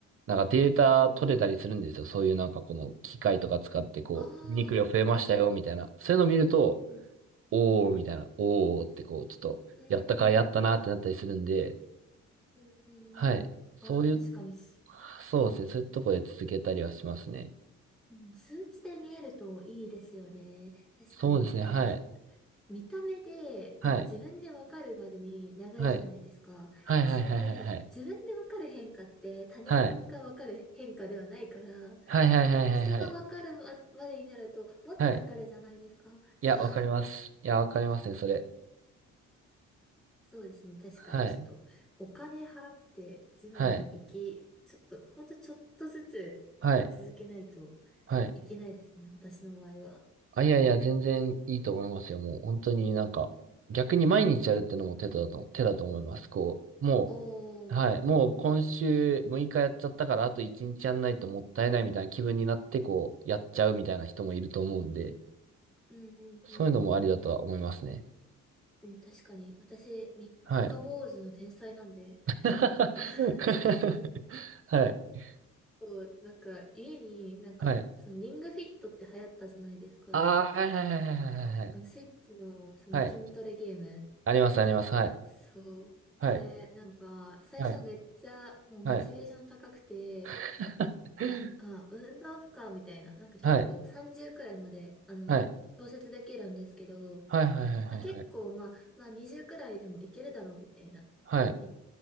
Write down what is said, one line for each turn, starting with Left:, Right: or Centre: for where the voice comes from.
Right: なんかデータ取れたりするんですよ。
Centre: うんうん。
Right: そういうなんかこの機械とか使ってこう、
Centre: あ
Right: 筋肉量増えましたよ、
Centre: あ、なるほど。
Right: みたいな。そういうのを見ると、
Centre: うん。
Right: おー、みたいな、おーってこう、ちょっと、
Centre: うーん。
Right: やったかやったなってなったりするんで、
Centre: うんう
Right: はい。
Centre: んうん。
Right: そういう
Centre: あ、確かにす、
Right: そうですね。そういうとこで続けたりはしますね。
Centre: うん数値で見えるといいですよね。確かに。
Right: そうですね。
Centre: なんか、
Right: はい。
Centre: 見た目で、
Right: はい。
Centre: なんか自分でわかるまでに長いじゃないですか。
Right: はい。はいはいはいはいはい。
Centre: で、それで、自分でわかる変化って他人がわかる変化ではないから、
Right: はい。はいはいはいはいはい。
Centre: そう、人がわかるままでになると、もっとかかるじゃないですか。
Right: はい。いや、
Centre: そう、
Right: わかります。いや、わかりますね、それ。
Centre: そうですね。確かにちょっと、
Right: はい。
Centre: お金払って、ジムに行き、
Right: はい。
Centre: ちょっと、ほんとちょっとずつ続けないと、
Right: はい。はい。
Centre: いけないですね、私の場合は。
Right: あ、いやいや、全然いいと思いますよ。もう、本当になんか、
Centre: うん。
Right: 逆に毎日やるってのも手だと、手だと思います。こう、も
Centre: おー、
Right: う、はい。もう今週6日やっちゃったから、あと1日やんないともったいないみたいな気分になって、こう、やっちゃうみたいな人もいると思うんで。
Centre: うんうんうんうん。
Right: そういうのもありだとは思いますね。
Centre: うん、確かに。私、三日坊主の天才なんで、
Right: はい。<laughs>
Centre: <laughs> あ
Right: はい。
Centre: と、なんか、家に、なんか、
Right: はい。
Centre: そのリングフィットって流行ったじゃないですか。
Right: ああ、はいはいはいはいはいはい。
Centre: あの、スイッチの、その筋トレゲーム。
Right: はい。あります、あります。はい。
Centre: そう。
Right: はい。
Centre: あれ、なんか、最初めっちゃ、
Right: はい。
Centre: もうモチベーション高くて、
Right: はい。<laughs>
Centre: が、あ、運動負荷みたいな、なんか結構30くらいまで、
Right: はい。
Centre: あの、
Right: はい。
Centre: 調節できるんですけど、
Right: はい。はい。
Centre: あ、結構、
Right: はい。
Centre: まあ、まあ、20くらいでもいけるだろうみたいな、
Right: はい。
Centre: 言っ